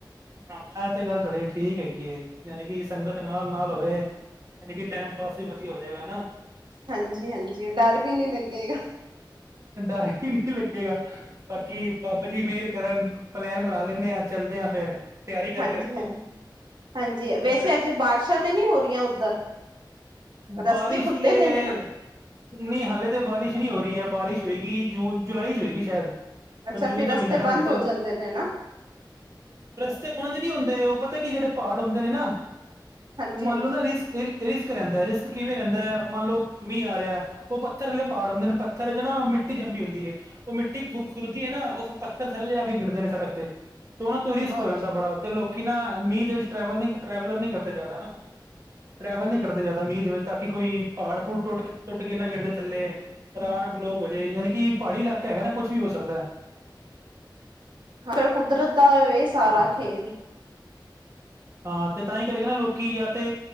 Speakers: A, on the right; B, on the right.
A: ਹਾਂ ਇਹ ਤੇ ਗੱਲ ਤੁਹਾਡੀ ਠੀਕ ਹੈਗੀ ਏ, ਜਾਣੀ ਕਿ ਸੰਗਤ ਨਾਲ- ਨਾਲ ਹੋਵੇ। ਲੇਕਿਨ ਟਾਈਮ ਪਾਸ ਵੀ ਵਧੀਆ ਹੋ ਜਾਏਗਾ ਨਾ।
B: ਹਾਂਜੀ-ਹਾਂਜੀ, ਡਰ ਵੀ ਨੀ ਲੱਗੇਗਾ।
A: ਡਰ ਹੀ ਨੀ ਲੱਗੇਗਾ। ਬਾਕੀ ਬਾਬਾ ਜੀ ਮਿਹਰ ਕਰਨ, ਪਲੈਨ ਬਣਾ ਲੈਣੇ ਆ, ਚੱਲਦੇ ਆਂ ਫੇਰ। ਤਿਆਰੀ ਕਰਕੇ
B: ਹਾਂਜੀ-
A: ਰੱਖੋ
B: ਹਾਂਜੀ, ਹਾਂਜੀ ਵੈਸੇ
A: ਕੱਪੜੇ
B: ਅਜੇ ਬਾਰਸ਼ਾਂ ਤੇ ਨਹੀਂ ਹੋ ਰਹੀਆਂ ਓਧਰ।
A: ਬਾਰਿਸ਼
B: ਰਸਤੇ ਖੁੱਲ੍ਹੇ
A: ਤੇ
B: ਦੇ ਨੇ ਨਾ।
A: ਨਹੀਂ ਹਾਲੇ ਤੇ ਬਾਰਿਸ਼ ਨਹੀਂ ਹੋ ਰਹੀ ਐ, ਬਾਰਿਸ਼ ਹੋਏਗੀ ਜੂਨ, ਜੁਲਾਈ ਚ ਹੋਏਗੀ ਸ਼ਾਇਦ।
B: ਅੱਛਾ,
A: ਜੂਨ
B: ਫਿਰ
A: ਦਾ
B: ਰਸਤੇ
A: ਮਹੀਨਾ ਹੈਗਾ
B: ਬੰਦ
A: ਨਾਲ
B: ਹੋ
A: ਤੇ
B: ਜਾਂਦੇ ਨੇ ਨਾ।
A: ਰਸਤੇ ਬੰਦ ਨੀ ਹੁੰਦੇ, ਉਹ ਪਤਾ ਕੀ ਜਿਹੜੇ ਪਹਾੜ ਹੁੰਦੇ ਨੇ ਨਾ
B: ਹਾਂਜੀ
A: ਉਹ ਮੰਨ
B: ਹਾਂਜੀ
A: ਲੋ ਨਾ ਰਿਸ ਰਿਸਕ ਰਹਿੰਦਾ ਰਿਸਕ ਕਿਵੇਂ ਰਹਿੰਦਾ ਹੈ ਮੰਨ ਲਓ ਮੀਂਹ ਆ ਰਿਹਾ ਉਹ ਪੱਥਰੇ ਆਲੇ ਪਹਾੜ ਹਉਦੇ ਨੇ ਪੱਥਰ। ਏਦੇ ਚ ਨਾ ਮਿੱਟੀ ਜੰਮੀ ਹੁੰਦੀ ਯੇ। ਉਹ ਮਿੱਟੀ ਖ ਖੁਰਦੀ ਹੈ ਨਾ ਉਹ ਫ ਪੱਥ ਥੱਲੇ ਆ ਕੇ ਗਿਰਦੇ ਨੇ ਸੜਕ ਤੇ। ਤੇ ਤੋਂ ਨਾ ਉਤੋ ਨਾ ਰਿਸਕ ਹੋ
B: ਅੱਛਾ
A: ਜਾਂਦਾ
B: ਅੱਛਾ
A: ਬੜਾ ਤੇ ਲੋਕੀ ਨਾ ਮੀਂਹ ਦੇ ਵਿਚ। ਟਰੈਵਲ ਨੀ ਟਰੈਵਲਰ ਨੀ ਕਰਦੇ ਜ਼ਿਆਦਾ ਨਾ ਟਰੈਵਲ
B: ਹਮ
A: ਨੀ ਕਰਦੇ
B: ਹਮ
A: ਜ਼ਿਆਦਾ ਮੀਂਹ ਦੇ ਵਿੱਚ। ਤਾਂ ਕਿ ਕੋਈ ਪਹਾੜ ਪੂੜ ਟੁੱਟ ਟੁੱਟ ਕੇ ਨਾਂ ਗੇਰ ਜੇ ਥੱਲੇ। ਰਾਹ ਨਾ ਬਲੋਕ ਹੋ ਜੇ ਯਾਨੀ ਕਿ ਪਹਾੜੀ ਇਲਾਕਾ ਹੈਗਾ ਨਾ ਕੁੱਛ ਵੀ ਹੋ ਸਕਦਾ ਏ।
B: ਹਾਂ ਫਰ ਕੁਦਰਤ ਦਾ ਇਹ ਸਾਰਾ
A: ਹਾਂ
B: ਖੇਲ।
A: ਹਾਂ ਤੇ ਤਾਂ ਈ ਕਰਕੇ ਨਾ ਲੋਕੀ ਜਾਂ ਤੇ